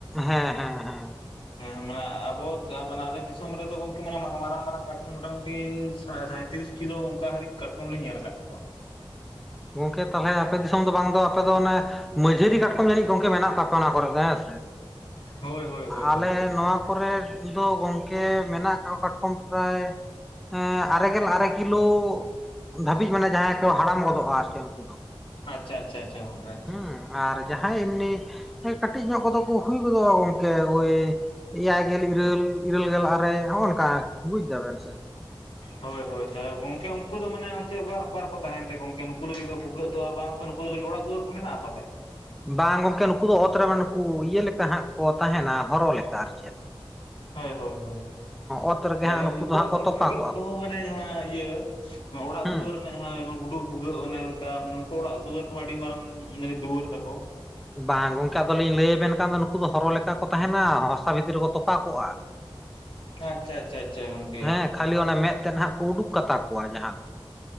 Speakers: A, in the centre; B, on the left.
A: ᱦᱮᱸ ᱦᱮᱸ ᱦᱮᱸ
B: ᱦᱮᱸ ᱦᱮᱸ ᱢᱟᱱᱮ ᱟᱵᱚ <unintelligible> ᱢᱟᱱᱮ ᱟᱞᱮ ᱫᱤᱥᱚᱢ ᱨᱮᱫᱚ ᱜᱚᱝᱠᱮ ᱢᱟᱱᱮ <unintelligible> ᱢᱟᱨᱟᱝ ᱢᱟᱨᱟᱝ ᱠᱟᱴᱠᱚᱢ ᱢᱚᱴᱟᱢᱩᱴᱤ ᱥᱟᱭ ᱥᱟᱭᱛᱨᱤᱥ ᱠᱤᱞᱳ ᱚᱱᱠᱟ ᱦᱟᱹᱨᱤᱡ ᱠᱟᱴᱠᱚᱢ ᱞᱤᱧ ᱧᱮᱞ ᱠᱟᱫ ᱠᱚᱣᱟ᱾
A: ᱜᱚᱝᱠᱮ ᱛᱟᱦᱚᱞᱮ ᱟᱯᱮ ᱫᱤᱥᱚᱢ ᱫᱚ ᱵᱟᱝ ᱫᱚ ᱟᱯᱮ ᱫᱚ ᱚᱱᱮ ᱢᱟᱺᱡᱷᱟᱹᱨᱤ ᱠᱟᱴᱠᱚᱢ ᱡᱟᱹᱱᱤᱡ ᱜᱚᱝᱠᱮ ᱢᱮᱱᱟᱜ ᱠᱟᱜ ᱯᱮ ᱚᱱᱟ ᱠᱚᱨᱮ ᱫᱚ ᱦᱮᱸ ᱥᱮ?
B: ᱦᱳᱭ ᱦᱳᱭ ᱦᱳᱭ
A: ᱟᱞᱮ
B: ᱜᱚᱝᱠᱮ᱾
A: ᱱᱚᱣᱟ ᱠᱚᱨᱮ ᱫᱚ ᱜᱚᱝᱠᱮ ᱢᱮᱱᱟᱜ ᱟᱠᱟᱜ ᱠᱚ ᱠᱟᱴᱠᱚᱢ ᱯᱨᱟᱭ ᱟᱨᱮ ᱜᱮᱞ ᱟᱨᱮ ᱠᱤᱞᱳ ᱫᱷᱟᱹᱵᱤᱡ ᱢᱟᱱᱮ ᱡᱟᱦᱟᱸᱭ ᱠᱚ ᱦᱟᱲᱟᱢ ᱜᱚᱫᱚᱜᱼᱟ᱾ ᱟᱨᱠᱤ ᱩᱱᱠᱩ ᱫᱚ
B: ᱟᱪᱪᱷᱟ ᱟᱪᱪᱷᱟ ᱟᱪᱪᱷᱟ ᱜᱚᱝᱠᱮ ᱟᱪᱪᱷᱟ
A: ᱦᱩᱸ ᱟᱨ ᱡᱟᱦᱟᱸᱭ ᱮᱢᱱᱤ ᱠᱟᱹᱴᱤᱡ ᱧᱚᱜ ᱠᱚᱫᱚ ᱠᱚ ᱦᱩᱭ ᱜᱚᱫᱚᱜᱼᱟ ᱜᱚᱝᱠᱮ ᱳᱭ ᱮᱭᱟᱭ ᱜᱮᱞ ᱤᱨᱟᱹᱞ ᱤᱨᱟᱹᱞ ᱜᱮᱞ ᱟᱨᱮ ᱦᱚᱜᱼ ᱱᱚᱝᱠᱟ ᱵᱩᱡ ᱫᱟᱵᱮᱱ ᱥᱮ?
B: ᱦᱳᱭ ᱦᱳᱭ ᱛᱟᱦᱚᱞᱮ ᱜᱚᱝᱠᱮ ᱩᱱᱠᱩ ᱫᱚ ᱢᱟᱱᱮ ᱪᱮᱫ ᱚᱠᱟ ᱚᱠᱟ ᱨᱮᱠᱚ ᱛᱟᱦᱮᱱ ᱛᱮ ᱜᱚᱝᱠᱮ ᱱᱩᱠᱩ ᱞᱟᱹᱜᱤᱫ ᱫᱚ ᱵᱷᱩᱜᱟᱹᱜ ᱫᱚ ᱟᱨ ᱵᱟᱝ ᱱᱩᱠᱩ ᱫᱚ ᱞᱟᱹᱜᱤᱛ ᱚᱲᱟᱜ ᱫᱩᱣᱟᱹᱨ ᱠᱚ ᱢᱮᱱᱟᱜᱼᱟ ᱯᱟᱞᱮ?
A: ᱵᱟᱝ ᱜᱚᱝᱠᱮ ᱱᱩᱠᱩ ᱫᱚ ᱚᱛ ᱨᱮ ᱱᱩᱠᱩ ᱤᱭᱟᱹ ᱞᱮᱠᱟ ᱦᱟᱸᱜ ᱠᱚ ᱛᱟᱦᱮᱱᱟ ᱦᱚᱨᱚ ᱞᱮᱠᱟ ᱟᱨ ᱪᱮᱫ᱾
B: ᱦᱳᱭ ᱦᱳᱭ ᱦᱳᱭ
A: ᱚᱛ ᱨᱮᱜᱮ
B: ᱛᱟᱦᱚᱞᱮ
A: ᱦᱟᱸᱜ ᱱᱩᱠᱩ
B: ᱩᱱᱠᱩᱣᱟᱜ
A: ᱫᱚ ᱦᱟᱸᱜ ᱠᱚ
B: ᱢᱟ
A: ᱛᱚᱯᱟ
B: ᱵᱷᱩᱜᱟᱹᱜ
A: ᱠᱚᱜᱼᱟ
B: ᱠᱚᱦᱚᱸ
A: ᱠᱚ
B: ᱢᱟᱱᱮ ᱡᱟᱦᱟᱸ ᱤᱭᱟᱹ, ᱚᱲᱟᱜ
A: ᱦᱩᱸ
B: ᱫᱩᱣᱟᱹᱨ ᱨᱮᱱᱟᱜ ᱡᱟᱦᱟᱸ ᱡᱮᱢᱚᱱ ᱜᱩᱰᱩ ᱵᱷᱩᱜᱟᱹᱜ ᱚᱱᱮ ᱚᱱᱠᱟ ᱢᱟᱱᱮ ᱩᱱᱠᱩ ᱚᱲᱟᱜ ᱫᱩᱣᱟᱹᱨ ᱠᱚᱦᱚᱸ ᱟᱹᱰᱤ ᱢᱟᱨᱟᱝ ᱢᱟᱱᱮ ᱫᱩᱣᱟᱹᱨ ᱛᱟ ᱠᱚ?
A: ᱵᱟᱝ ᱜᱚᱝᱠᱮ ᱟᱫᱚᱞᱤᱧ ᱞᱟᱹᱭ ᱟᱵᱮᱱ ᱠᱟᱱ ᱫᱚ ᱱᱩᱠᱩ ᱫᱚ ᱦᱚᱨᱚ ᱞᱮᱠᱟ ᱠᱚ ᱛᱟᱦᱮᱱᱟ, ᱦᱚᱨᱟᱥᱟ ᱵᱷᱤᱛᱨ ᱨᱮ ᱠᱚ ᱛᱚᱯᱟ ᱠᱚᱜᱼᱟ᱾
B: ᱟᱪᱪᱷᱟ ᱟᱪᱪᱷᱟ ᱟᱪᱪᱷᱟ ᱜᱚᱝᱠᱮ᱾
A: ᱦᱮᱸ ᱠᱷᱟᱹᱞᱤ ᱚᱱᱟ ᱢᱮᱫ ᱛᱮᱫ ᱱᱟᱦᱟᱸᱜ ᱠᱚ ᱩᱰᱩᱠ ᱠᱟᱛᱟ ᱠᱚᱣᱟ ᱡᱟᱦᱟᱸ ᱫᱚ,